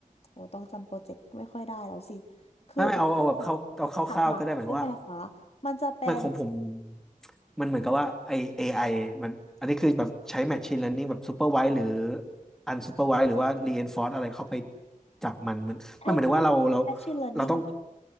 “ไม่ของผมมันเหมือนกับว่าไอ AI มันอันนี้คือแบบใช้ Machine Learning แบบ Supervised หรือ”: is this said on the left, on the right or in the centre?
Centre